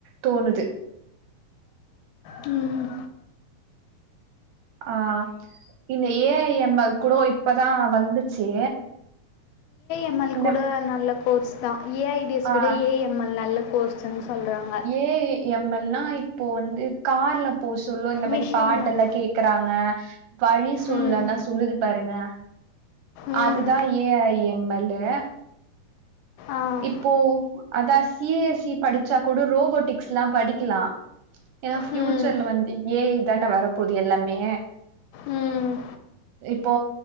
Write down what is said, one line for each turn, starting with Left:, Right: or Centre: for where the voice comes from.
Right: தோணுது
Left: ம்
Right: ஆ இந்த ஏ ஐ எம் எல் கூட இப்பதான் வந்துச்சு
Left: எம் எல்
Right: இந்த
Left: கூட நல்ல கோர்ஸ் தான் ஏ ஐ டி எஸ்
Right: ஆ
Left: விட ஏ எம் எல் நல்ல கோர்ஸ்ன்னு சொல்றாங்க
Right: ஏ எம் எல் னா இப்போ வந்து கார்ல போ சொல்லு இந்த மேரி
Left: மிஷினில்
Right: பாட்டு எல்லா கேக்குறாங்க வழி சொல்லல்லாம்
Left: ம்
Right: சொல்லுது பாருங்க
Left: ம்
Right: அதுதான் ஏ ஐ எம் எல்லு
Left: ஆ
Right: இப்போ அதா சி ஏ எஸ் சி படிச்சா கூட ரோபோட்டிக்ஸ்ல்லாம் படிக்கலாம் ஏன்னா ஃபியூச்சர்ல
Left: ம்
Right: வந்து ஏ ஐ தான வரப்போது எல்லாமே
Left: ம் ம்
Right: இப்போ